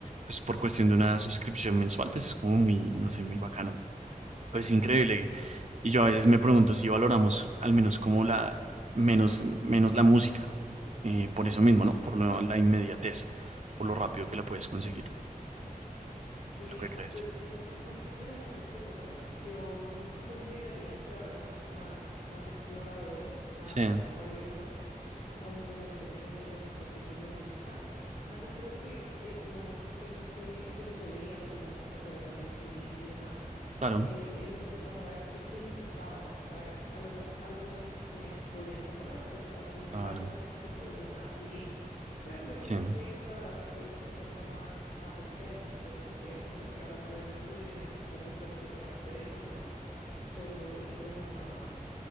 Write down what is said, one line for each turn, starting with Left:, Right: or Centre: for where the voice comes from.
Right: pues por cuestión de una suscripción mensual, pues es como muy, no sé, muy bacano. Pues increíble. Y yo a veces me pregunto si valoramos al menos como la, menos, menos la música, eh, por eso mismo, ¿no? Por lo- la inmediatez, por lo rápido que la puedes
Left: Mm,
Right: conseguir.
Left: Sí,
Right: ¿Tú qué
Left: sí,
Right: crees?
Left: pues es un punto interesante el que tocas. Yo l- consideraría que ahora somos más, más exploradores, más,
Right: Sí,
Left: más abiertos a diferentes géneros y pues tipos de música. Antes creo que eso, eso que, que sucedía, que la música fuera solo en CDs y demás,
Right: claro,
Left: eh, lo que pasaba era que te limitaba, ¿sabes? A los am- álbumes que podías comprar, a los álbule-
Right: claro,
Left: álbumes que podías adquirir. Pero pues siento
Right: sí,
Left: que, que ahora es, es algo más, más extenso. Pues ¿por qué? Pues porque ahora puedes descubrir artistas de cualquier parte del mundo solo ingresando a